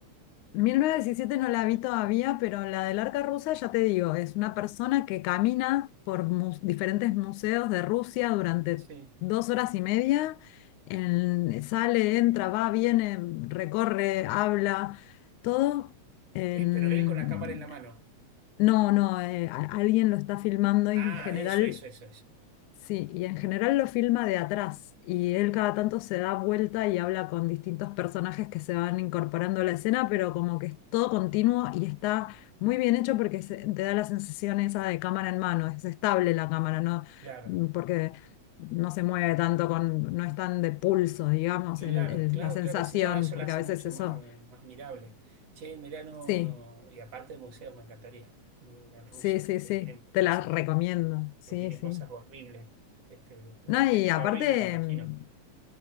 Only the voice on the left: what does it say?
mil novecientos diecisiete no la vi todavía, pero la del Arca Rusa, ya te digo, es una persona que camina por mu- diferentes museos de Rusia durante
dos horas y media, en- sale, entra, va, viene, recorre, habla, todo en
No, no, eh, a- alguien lo está filmando y
en general,
sí, y en general lo filma de atrás y él cada tanto se da vuelta y habla con distintos personajes que se van incorporando a la escena, pero como que es todo continuo y está muy bien hecho porque se- te da la sensación esa de cámara en mano, es estable la cámara, ¿no?
Mm, Porque no se mueve tanto con, no es tan de pulso, digamos,
el- el-
la sensación,
porque
a veces
eso,
sí,
sí, sí,
sí,
te
la recomiendo, sí,
sí.
No,
y aparte,
mm,